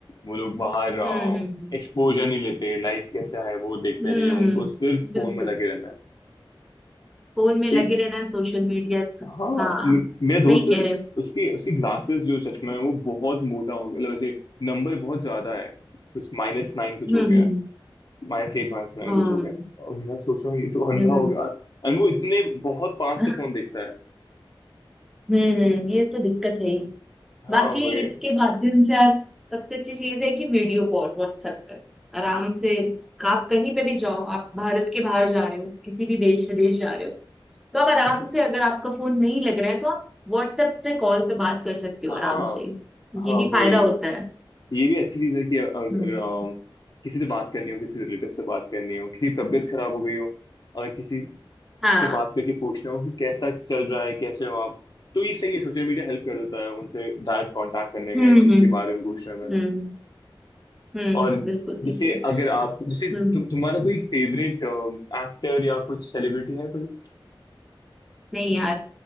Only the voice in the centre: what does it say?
हम्म हम्म
हम्म,
हम्म,
बिल्कुल
फोन में लगे
रहना है सोशल मीडिया
हाँ
सही
कह रहे हो
हम्म
हम्म
हाँ,
हम्म
हम्म
<laughs>
हम्म, ये तो दिक्कत है बाकी
इसके माध्यम से यार सबसे अच्छी चीज है कि वीडियो कॉल व्हाट्सएप पर आराम से आप कहीं पे भी जाओ आप भारत के बाहर जा रहे हो किसी भी देश विदेश जा रहे हो तो आप आराम
से अगर आपका फोन नहीं लग रहा है तो आप व्हाट्सएप से कॉल पे बात कर सकते हो
आराम से ये
भी
फायदा होता है
हम्म
हाँ
हम्म
हम्म
हम्म हम्म,
बिल्कुल
बिल्कुल
हम्म
नहीं यार